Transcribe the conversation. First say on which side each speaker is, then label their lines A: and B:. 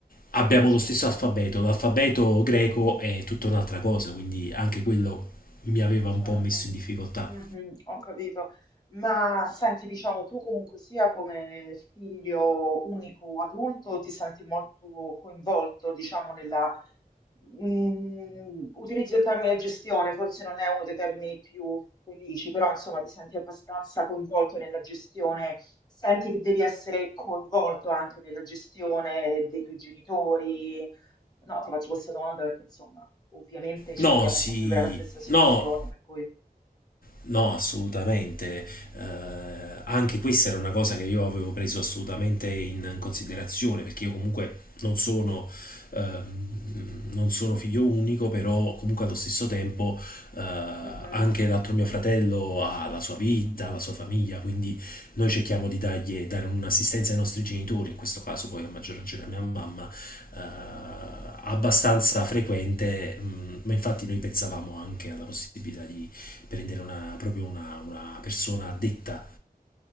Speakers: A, on the left; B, on the left.
A: abbiamo
B: certo.
A: lo stesso alfabeto, l'alfabeto greco è tutta un'altra cosa, quindi anche quello mi aveva
B: Certo,
A: un po' messo in difficoltà.
B: Mhm, ho capito. Ma senti, diciamo, tu comunque sia come figlio unico o adulto ti senti molto coinvolto, diciamo, nella... Mm, utilizzo il termine gestione, forse non è uno dei termini più felici, però insomma ti senti abbastanza coinvolto nella gestione, senti che devi essere coinvolto anche nella gestione dei tuoi genitori, No, ti faccio questa domanda perché insomma, ovviamente ci
A: No,
B: troviamo
A: sì,
B: un po' a vivere la stessa situazione,
A: no,
B: per cui...
A: No, assolutamente. Eh, anche questa era una cosa che io avevo preso assolutamente in considerazione, perché io comunque non sono, ehm, non sono figlio unico, però comunque allo stesso tempo eh,
B: Mhm,
A: anche l'altro mio fratello ha la sua vita, la sua famiglia, quindi noi cerchiamo di dargli, dare un'assistenza ai nostri genitori, in questo caso poi a maggior ragione a mia mamma, eh, abbastanza frequente, mm, ma infatti noi pensavamo anche alla possibilità di prendere una, proprio una, una persona
B: mm,
A: addetta.
B: mm, mm.